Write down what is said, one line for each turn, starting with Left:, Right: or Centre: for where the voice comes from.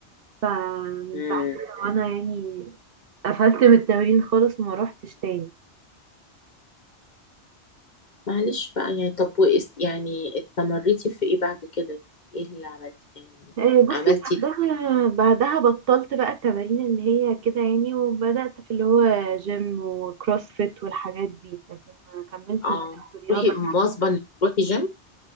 Right: فمن
Left: امم
Right: ساعتها وانا يعني قفلت من التمرين خالص وما روحتش تاني
Left: معلش بقى يعني طب وإس يعني استمريتي في ايه بعد كده ايه اللي عملتي يعني
Right: آه، بصي
Left: عملتي
Right: بعدها بعدها بطلت بقى التمارين اللي هي كده يعني وبدأت في اللي هو جيم وكروسفيت والحاجات دي لكن ما كملتش
Left: اه
Right: بقى في الرياضة
Left: روحي مواظبة إنك تروحي جيم